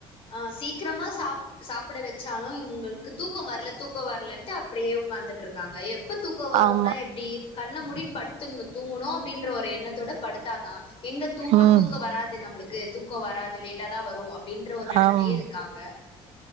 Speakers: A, on the left; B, on the right.
A: ஆ சீக்கரமா சாப் சாப்பட வெச்சாலு இவுங்ளுக்கு தூக்கோ வர்ல தூக்கோ வர்லன்ட்டு அப்டியே ஒக்காந்துட்ருக்காங்க எப் எப்ப தூக்கோ வருனா
B: ஆமா
A: எப்டி கண்ண மூடி படுத்துண்ணு தூங்குனோ அப்டின்ற ஒரு எண்ணத்தோட படுத்தாதா எங்க தூங்கணு
B: ம்
A: தூக்க வராது நம்முளுக்கு தூக்க வராது லேட்டா தா வரு அப்டின்ற ஒர் நெனப்புலே
B: ஆம்
A: இருக்காங்க